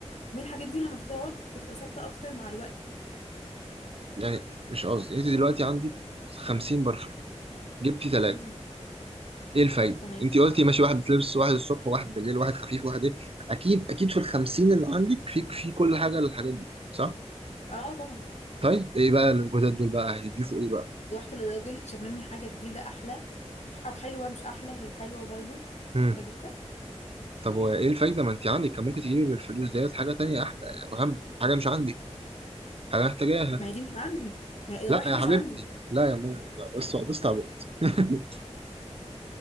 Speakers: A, on the left (about 70°); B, on the right (about 55°).
A: من الحاجات دي لما بتقعد بتبقى ثابتة اكتر مع الوقت
B: يعني مش قصدي انت دلوقتي عندي 50 برفان جبتي ثلاثه
A: امم
B: ايه الفايده
A: تمام
B: انت قلتي ماشي واحد بتلبس واحد الصبح واحد بالليل واحد خفيف واحد ايه اكيد اكيد في الخمسين اللي عندك في في كل حاجه للحاجات دي صح
A: اه طبعا
B: طيب ايه بقى الجداد دول بقى هيضيفوا ايه بقى
A: رحت للراجل شممني حاجة جديدة احلى او حلوة مش احلى هي حلوة برضو
B: امم
A: فجبتها
B: طب وايه الفايده ما انت عندك كان ممكن تجيبي بالفلوس ديت حاجه تانية احلى واهم حاجه مش عندك حاجه محتاجاها
A: ما هي دي مش عندي ما هي الروايح
B: لا يا
A: دي
B: حبيبتي
A: مش عندي
B: لا يا ماما ده بس بس تعبت <laughs>